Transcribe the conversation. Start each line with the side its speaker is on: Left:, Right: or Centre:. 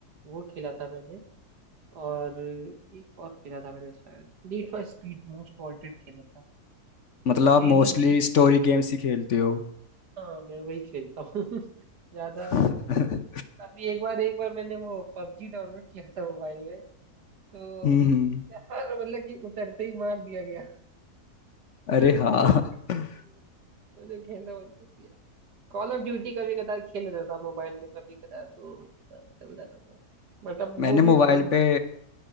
Right: वो खेला था मैंने और एक और खेला था मैंने शायद Need for Speed Most Wanted खेला था
Left: मतलब
Right: बस
Left: आप
Right: यही
Left: मोस्टली
Right: दो गेम
Left: स्टोरी गेम्स ही खेलते हो
Right: हाँ मैं वही खेलता हूँ <laughs> ज्यादा
Left: <laughs> हम्म
Right: अभी एक बार एक बार मैंने वो पबजी डाउनलोड किया था मोबाइल में तो
Left: हम्म,
Right: हर मतलब कि उतरते ही मार दिया गया
Left: अरे
Right: मैंने
Left: हाँ
Right: भी बहुत घटिया
Left: <laughs>
Right: खेला मुझे खेलना बंद कर दिया कॉल ऑफ ड्यूटी कभी कदार खेल लेता था मोबाइल में कभी कदार तो इतना चल जाता था बट अब
Left: मैंने
Right: वो भी
Left: मोबाइल
Right: बंद हो
Left: पे
Right: गया